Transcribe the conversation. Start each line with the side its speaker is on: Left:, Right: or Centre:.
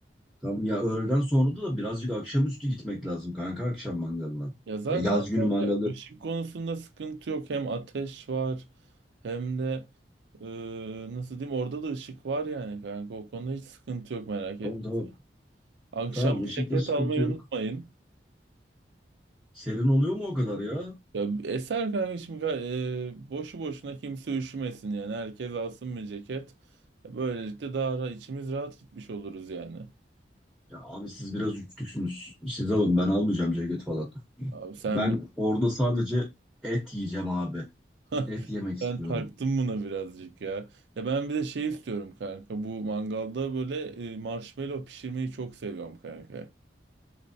Centre: Tam ya öğleden sonra da birazcık akşamüstü gitmek lazım kanka akşam mangalına.
Right: Ya zaten
Centre: Ya yaz günü mangalı.
Right: ışık konusunda sıkıntı yok. Hem ateş var hem de e, nasıl diyeyim orada da ışık var yani kanka. O konuda hiç sıkıntı yok merak etme.
Centre: Tamam tamam.
Right: Akşam
Centre: Tamam
Right: bir
Centre: ışıkta
Right: ceket
Centre: sıkıntı
Right: almayı
Centre: yok.
Right: unutmayın.
Centre: Serin oluyor mu o kadar ya?
Right: Ya eser kanka şimdi ga- e, boşu boşuna kimse üşümesin yani. Herkes alsın bir ceket. E, Böylelikle daha ra- içimiz rahat gitmiş oluruz yani.
Centre: Ya abi siz biraz uçtuksünüz. Siz alın ben almayacağım ceket falan.
Right: Abi sen
Centre: Ben orada sadece et yiyeceğim abi.
Right: <laughs>
Centre: Et yemek istiyorum.
Right: ben taktım buna birazcık ya. Ya ben bir de şey istiyorum kanka. Bu mangalda böyle e, marshmallow pişirmeyi çok seviyorum kanka.